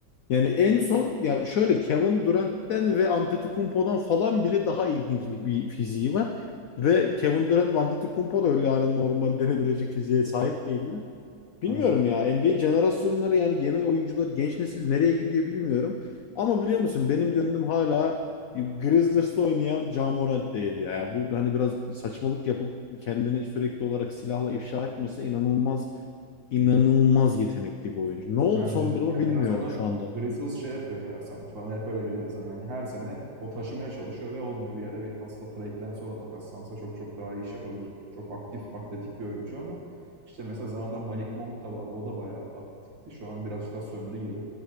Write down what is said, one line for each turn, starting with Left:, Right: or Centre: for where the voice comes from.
Left: Yani en son ya şöyle Kevin Durant'ten ve Antetokounmpo'dan falan bile daha ilginç bir, bir fiziği var. Ve Kevin Durant ve Antetokounmpo da öyle yani normal denebilecek fiziğe sahip değiller. Bilmiyorum
Right: Aynen.
Left: ya NBA jenerasyonları yani yeni oyuncular genç nesil nereye gidiyor bilmiyorum. Ama biliyor musun benim gönlüm hala Grizzlies'te oynayan Ja Morant'teydi ya. Bu hani biraz saçmalık yapıp kendini sürekli olarak silahla ifşa etmese inanılmaz inanılmaz yetenekli bir oyuncu. Ne oldu
Right: Bence
Left: son
Right: de.
Left: durumu
Right: Ya
Left: bilmiyorum
Right: biraz onu
Left: şu anda.
Right: Grizzlies şey yapıyor ya sanki. Bana hep öyle geliyor zaten. Yani her sene o taşımaya çalışıyor ve olmuyor. Bir yere bir aslında trade'lense o da takaslansa çok çok daha iyi iş yapabilir. Çok aktif, atletik bir oyuncu ama işte mesela zamanında Malik Monk da vardı. O da bayağı atletikti. Şu an biraz daha söndü gibi.